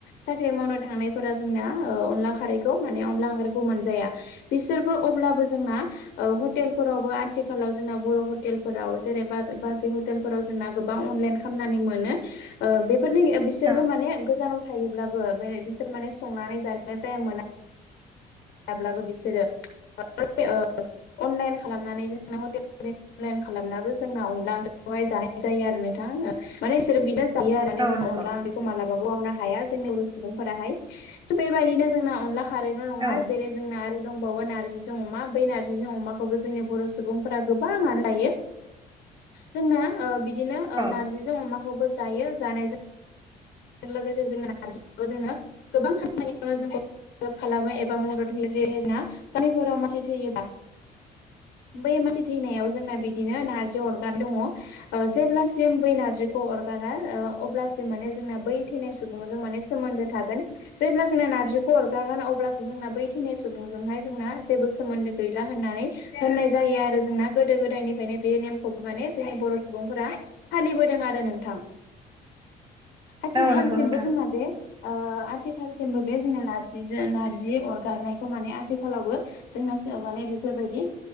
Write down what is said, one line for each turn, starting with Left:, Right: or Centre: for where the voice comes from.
Left: साख्रि मावनो थांनायफोरा जोंनिया ओ अनला खारैखौ माने अनला ओंख्रिखौ मोनजाया। बिसोरबो अब्लाबो जोंना ओ हटेलफोरावबो आथिखालाव जोंना बर' हटेलफोराव जेनेबा बाजै हटेलफोराव जोंना गोबां अनलाइन खामनानै मोनो ओ बेफोरनि ओ बि बिसोरबो
Right: औ
Left: माने गोजानाव थायोब्लाबो बे बिसोर माने संनानै जानो टाइम मोना। हाब्लाबो बिसोरो <unintelligible> अनलाइन खालामनानै जोंना हटेल <unintelligible> अनलाइन खालामनाबो जोंना अनला ओंख खौहाय जानाय जायो आरो नोंथां माने इसोरो बिराद जायो आरो
Right: औ
Left: जों
Right: नंगौ
Left: अनला ओंख्रिखौ मालाबाबो <unintelligible> हाया जोंनि बर' सुबुंफोराहाय स' बेबायदिनो जोंना अनला खारैल' नङा
Right: औ
Left: जे जोंना आरो दंबावो नार्जिजों अमा बै नार्जिजों अमाखौबो जोंनि बर' सुबुंफोरा गोबांआनो जायो जोंना‌ ओ बिदिनो ओ
Right: औ
Left: नारजि जों अमाखौबो जायो जानायजों लोगोसे जों नार्जिखौबो जोंनो गोबां खामानियावनो जोंखौ <unintelligible> खालामो एबा मदद होयो जेहे जोंना गामिफोराव मानसि थैयोबा बै मानसि थैनायाव जोंना बिदिनो नार्जि अरगार दङ। ओ जेब्लासिम बै नार्जिखौ अरगारा ओ अब्लासिम माने जोंना बै थैनाय सुबुंजों माने सोमोन्दो थागोन। जेब्ला जोंना नार्जिखौ अरगागोन अब्लासो जोंना बै थैनाय सुबुंजोंहाय जोंना जेबो सोमोन्दो गैला होननानै होननाय जायो आरो जोंना गोदो गोदायनिफायनो बे नेमखौबो माने जोंनि बर' सुबुंफोरा फालिबोदों आरो नोंथां। आथिखालसिमबो
Right: औ नंगौ नोंथां
Left: जोंना बे ओ आथिखालसिमबो बे जोंना नारजिजों नारजि अरगारनायखौ माने आथिखालावबो जोंना बे माने बेफोरबायदि